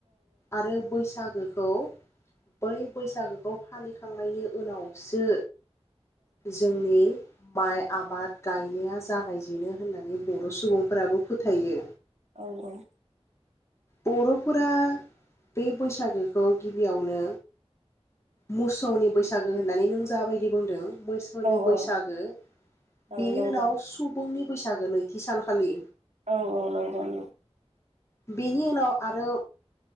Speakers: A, on the left; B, on the right.
A: आरो बैसागो खौ बै बैसागोखौ फालिखांनायनि उनावसो जोंनि माइ आबाद गायनाया जागायजेनो होननानै बर सुबुंफोराबो फोथायो
B: औ औ
A: बरफोरा बे बैसागो खौ गिबियावनो मोसौनि बैसागु होननानै नों जाबायदि बुंदों मोसौनि
B: औ
A: बैसागो
B: औ
A: बिनि
B: नंगौ
A: उनाव सु बुंनि बैसागो नैथि सानखालि
B: औ औ नोंग नोंग
A: बेनि उनाव आरो